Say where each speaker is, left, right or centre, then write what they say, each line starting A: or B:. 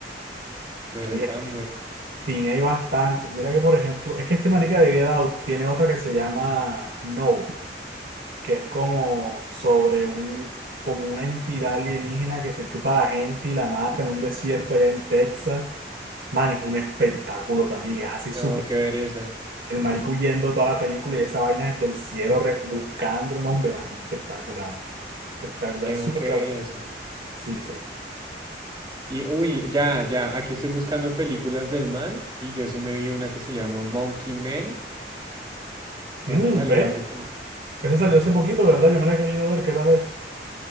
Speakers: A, on the right; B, on the right.
A: pero
B: Marica,
A: tan buenas.
B: Cine hay bastante. Mira que, por ejemplo, es que este marica de Get Out tiene otra que se llama No, que es como sobre un, como una entidad alienígena que se chupa a la gente y la mata en un desierto allá en Texas. Man, es un espectáculo también, es así
A: Tengo
B: súper.
A: que ver esa,
B: El marico huyendo toda la película y esa vaina desde el cielo re- buscando un hombre, man, espectacular. Espectacular,
A: tengo
B: súper
A: que
B: claro.
A: ver esa.
B: Sí, sí.
A: Y uy, ya, ya, aquí estoy buscando películas del man y yo sí me vi una que se llama Monkey Man.
B: Mm,
A: Esa salió
B: ve,
A: hace poco.
B: ese salió hace poquito, ¿verdad? Yo me la he querido ver, ¿qué tal es?